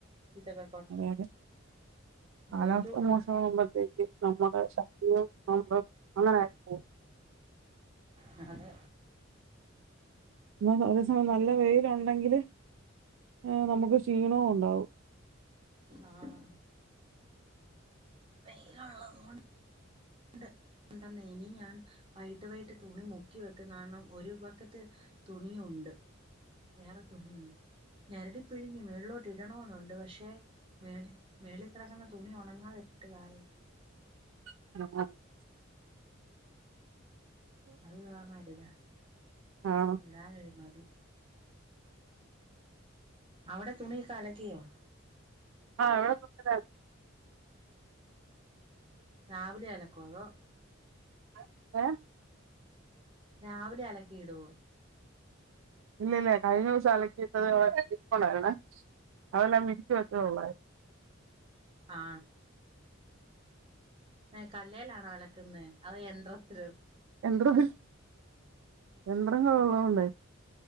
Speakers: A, on the right; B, on the right.
A: ഇതക്ക
B: അതെ അതെ കാലാവസ്ഥ
A: വെയിലൂടെ
B: മോശമാകുമ്പത്തേക്ക് നമ്മുടെ ശരീരം നമ്മള് അങ്ങനെ ആയി പോവും
A: ന്നാല്
B: <unintelligible> അതേ സമയം നല്ല വെയിലൊണ്ടെങ്കില് ഏഹ് നമ്മക്ക് ക്ഷീണവും ഒണ്ടാവും
A: ആഹ് വെയിലൊള്ളത് കൊൺ ണ്ട് ഉണ്ടന്നേ ഇനി ഞാൻ വൈകിട്ട് വൈകിട്ട് തുണി മുക്കി വെക്കുന്ന കാരണം ഒരു ബക്കറ്റ് തുണി ഒണ്ട് വേറെ തുണി ഒണ്ട് ഞെരടി പിഴിഞ്ഞ് മേളിലോട്ട് ഇടണോന്നു ഒൻ ണ്ട് പക്ഷേ മേളി മേളിൽ കെടക്കുന്ന തുണി ഒണങ്ങാതെ ഇട്ടിട്ട് കാര്യ
B: <unintelligible>
A: അത് കാരണം ഇടൂല
B: ആണോ
A: ഇടാനൊരു മടി അവിടെ തുണീക്കെ അലക്കിയോ
B: ആഹ് ഇവിടെ <unintelligible>
A: രാവിലെ അലക്കോ അതൊ
B: അത് ഏഹ്
A: രാവിലെ അലക്കി ഇടോ
B: ഇല്ല ഇല്ല കഴിഞ്ഞ ദിവസം അലക്കിയിട്ടത് അവ്ടെ ഇരിപ്പൊണ്ടായിരുന്നേ അതെല്ലാം വിരിച്ച് വെച്ചതേ ഒള്ളാർ
A: ആ ഏ കല്ലലാണോ അലക്കുന്നത് അതോ യന്ത്രത്തിലും
B: യന്ത്രം യന്ത്രം കള്ള കൊണ്ടയി